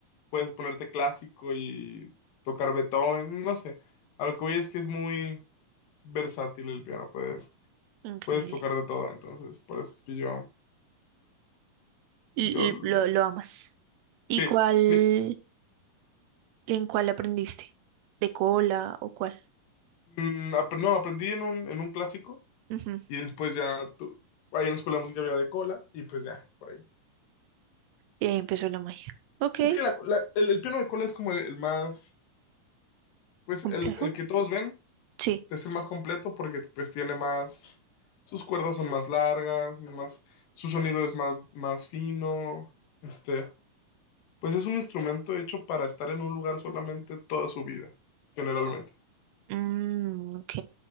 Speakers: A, on the left; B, on the right.
A: puedes ponerte clásico y tocar Beethoven, no sé. A lo que voy es que es muy versátil el piano, puedes,
B: Increíble.
A: puedes tocar de todo, entonces por eso es que yo,
B: L-
A: yo, lo-
B: lo, lo amas. ¿Y
A: sí,
B: cuál,
A: mi-
B: en cuál aprendiste? ¿De cola o cuál?
A: mm, ap- no, aprendí en un, en un clásico
B: Ujú.
A: y después ya, tu- ahí en la escuela de música había de cola y pues ya, por ahí.
B: Y ahí empezó la magia. Ok,
A: Es que la- la- el, el piano de cola es como el el más... Pues
B: complejo.
A: el, el que todos ven
B: Sí.
A: es el más completo porque pues tiene más, sus cuerdas son más largas, es más, su sonido es más, más fino, este, pues es un instrumento hecho para estar en un lugar solamente toda su vida, generalmente.
B: Mm, ok,